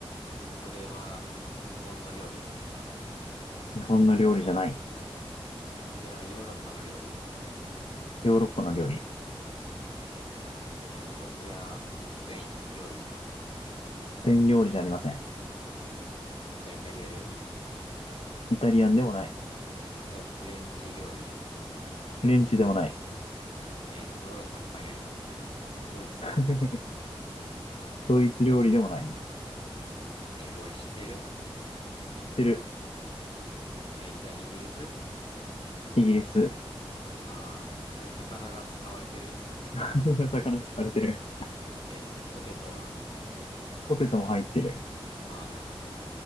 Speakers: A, on the left; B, on the left.
A: それは日本の料理ですか
B: 日本の料理じゃない。
A: それはヨーロッパの料理
B: ヨーロッパの料理。
A: えっと、それはスペイン料理
B: スペイン料理じゃありません。
A: じゃあイタリア料理
B: イタリアンでもない。
A: じゃあフレンチ料理
B: フレンチでもない。
A: え、ヨーロッパ他に何があったっけドイツ
B: <laughs> ドイツ料理でもないね。
A: え、俺知ってる
B: 知ってる。
A: え、じゃあイギリス
B: イギリス。
A: ああー、それ魚が使われてる
B: <laughs> 魚使われてる。
A: え、ポテトは
B: ポテトも入ってる。
A: ああー、なるほど